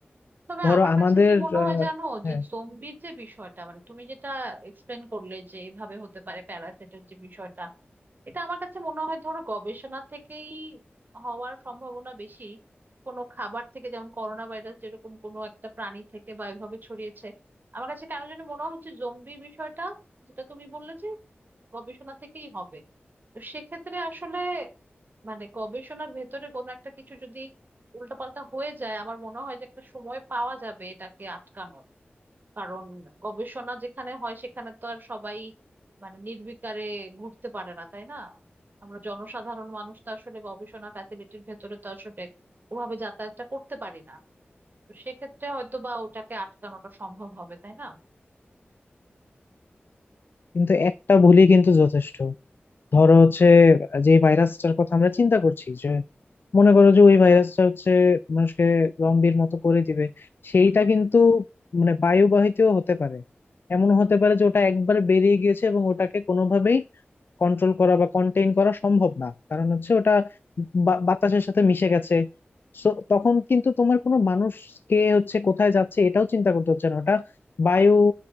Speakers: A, on the right; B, on the left.
A: তবে
B: ধরো
A: আমার
B: আমাদের
A: কাছে কি মনে
B: আহ,
A: হয় জানো
B: হ্যাঁ
A: যে জম্বির যে বিষয়টা মানে তুমি যেটা এক্সপ্লেন করলে যে এভাবে হতে পারে প্যারাসাইটের যে বিষয়টা এটা আমার কাছে মনে হয় ধরো গবেষণা থেকেই হওয়ার সম্ভাবনা বেশি কোনো খাবার থেকে যেমন করোনা ভাইরাস যেরকম কোনো একটা প্রাণী থেকে বা এভাবে ছড়িয়েছে আমার কাছে কেন যেন মনে হচ্ছে জম্বি বিষয়টা যেটা তুমি বললে যে গবেষণা থেকেই হবে তো সেক্ষেত্রে আসলে মানে গবেষণার ভেতরে কোনো একটা কিছু যদি উল্টাপাল্টা হয়ে যায় আমার মনে হয় যে একটা সময় পাওয়া যাবে এটাকে আটকানোর কারণ গবেষণা যেখানে হয় সেখানে তো আর সবাই মানে নির্বিকারে ঘুরতে পারে না তাই না আমরা জনসাধারণ মানুষ তো আসলে গবেষণা ফ্যাসিলিটির ভেতরে তো আসলে ওভাবে যাতায়াতটা করতে পারি না তো সেক্ষেত্রে হয়তো বা ওটাকে আটকানোটা সম্ভব হবে তাই না
B: কিন্তু একটা ভুলই কিন্তু যথেষ্ট ধরো হচ্ছে যে ভাইরাসটার কথা আমরা চিন্তা করছি যে মনে করো যে ওই ভাইরাসটা হচ্ছে মানুষকে জম্বির মতো করে দিবে সেইটা কিন্তু মানে বায়ুবাহিতও হতে পারে এমন হতে পারে যে ওটা একবার বেরিয়ে গিয়েছে এবং ওটাকে কোনোভাবেই কন্ট্রোল করা বা কন্টেইন করা সম্ভব না কারণ হচ্ছে ওটা বা- বাতাসের সাথে মিশে গেছে সো তখন কিন্তু তোমার কোনো মানুষ কে হচ্ছে কোথায় যাচ্ছে এটাও চিন্তা করতে হচ্ছে না ওটা বায়ু